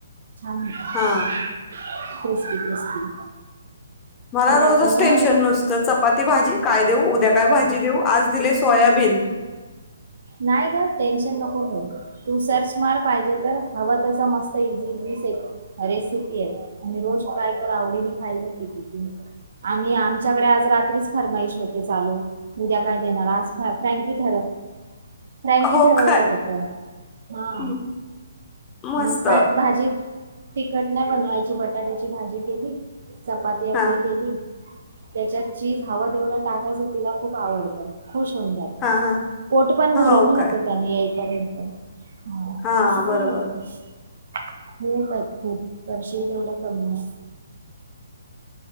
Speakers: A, on the right (about 55°); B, on the left (about 20°).
A: छान होत
B: हा
A: क्रिस्पी क्रिस्पी.
B: मला
A: अरे
B: रोजच
A: आपण ना
B: टेन्शन नुस तर चपाती भाजी काय? देऊ उद्या काय? भाजी देऊ आज दिले सोयाबीन.
A: नाही ग टेन्शन नको घेऊ. तू सर्च मार पाहिजे तर हवं तस मस्त इझीीस. रेसिपी आहेत आणि रोज ट्राय कर आवडीने खायला बघ टिफिन. आम्ही आमच्याकडे आज रात्रीच फरमाईश होते चालू. उद्या काय? देणार आज फ्रँकी ठरव. फ्रँकी
B: हो
A: ठरवलं
B: काय
A: होत हा.
B: म मस्त
A: मग त्यात भाजी <inaudible> तिखट ना बनवायची बटाट्याची भाजी केली चपाती आपली
B: हा
A: केली. त्याच्यात चीज हवं तेवढं टाकायचं तिला खूप आवडतं खुश होऊन जातं. पोट
B: हा हा
A: पण भरून
B: हो
A: राहत.
B: काय
A: त्यांनी येईपर्यंत हा
B: हा
A: असं करायचंस.
B: बरोबर
A: खूप आहेत खूप वर्ष तेवढं कमी आहे.